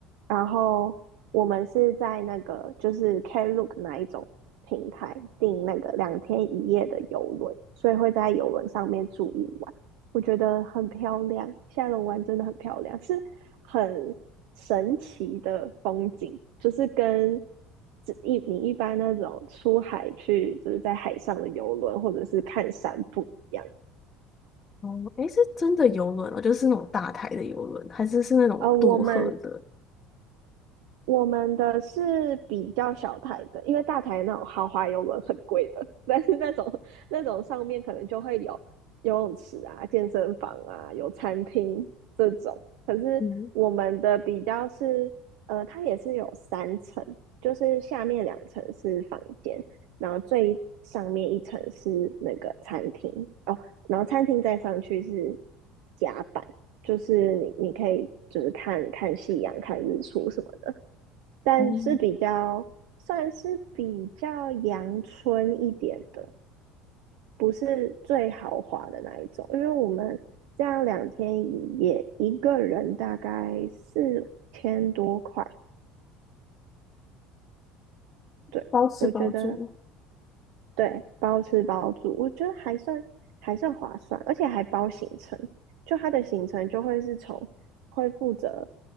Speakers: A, on the right; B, on the left.
A: 然后我们是在那个就是 Klook 那一种平台订那个两天一夜的游轮，所以会在游轮上面住一晚。我觉得很漂亮，下龙湾真的很漂亮，是很神奇的风景，就是跟只一你一般那种出海去，就是在海上的游轮或者是看山不一样。
B: 哦，诶，是真的游轮哦，就是那种大台的游轮，还是是那种渡河的？
A: 呃，我们我们的是比较小台的，因为大台那种豪华游轮很贵的，但是那种那种上面可能就会有游泳池啊、健身房啊、有餐厅这种。可是我们的比较是，
B: 嗯，
A: 呃，它也是有三层，就是下面两层是房间，然后最上面一层是那个餐厅哦，然后餐厅再上去是甲板，就是你你可以就是看看夕阳、看日出什么的。但是比较算是比较阳春一点的，
B: 哦，
A: 不是最豪华的那一种。因为我们这样两天一夜，一个人大概四千多块，对，
B: 包吃包住嘛。
A: 我觉得对，包吃包住，我觉得还算还算划算，而且还包行程。就它的行程就会是从会负责